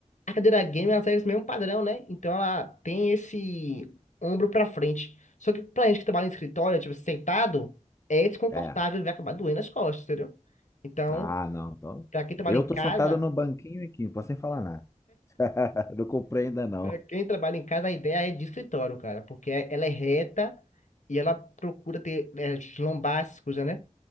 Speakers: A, on the left; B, on the left.
A: A cadeira gamer, ela segue esse mesmo padrão, né? Então ela tem esse ombro pra frente. Só que pra gente que trabalha em escritório, tipo, sentado, é desconfortável,
B: É.
A: vai acabar doendo as costas, entendeu? Então,
B: Ah, não. Então,
A: pra quem trabalha
B: eu
A: em
B: tô
A: casa,
B: sentado no banquinho aqui, não posso nem falar nada. <laughs> Não comprei ainda, não.
A: pra quem trabalha em casa, a ideia é de escritório, cara, porque ela é reta e ela procura ter é, lombar, essas coisas, né?